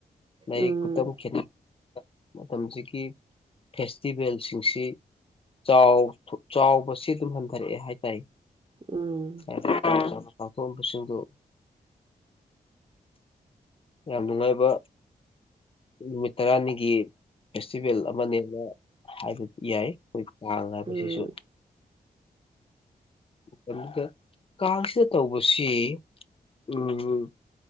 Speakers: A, on the left; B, on the right.
A: ꯂꯥꯏꯔꯤꯛ
B: ꯎꯝ
A: ꯈꯨꯇꯝ ꯈꯦꯅꯩ ꯃꯇꯝꯁꯤꯒꯤ ꯐꯦꯁꯇꯤꯚꯦꯜꯁꯤꯡꯁꯤ ꯆꯥꯎ ꯆꯥꯎꯕꯁꯤ ꯑꯗꯨꯝ ꯍꯟꯊꯔꯛꯑꯦ ꯍꯥꯏ ꯇꯥꯏ
B: ꯎꯝ
A: <unintelligible> ꯀ ꯁꯤꯗꯨ ꯌꯥꯝ ꯅꯨꯡꯉꯥꯏꯕ ꯅꯨꯃꯤꯠ ꯇꯔꯥꯅꯤꯒꯤ ꯐꯦꯁꯇꯤꯚꯦꯜ ꯑꯃꯅꯦꯅ ꯍꯥꯏꯕꯗꯤ ꯌꯥꯏ ꯑꯩꯈꯣꯏ ꯃꯥꯜꯂꯕ
B: ꯎꯝ
A: ꯑꯁꯤꯁꯨ ꯑꯗꯨꯗ ꯀꯥꯡꯁꯤꯗ ꯇꯧꯕꯁꯤ ꯎꯝ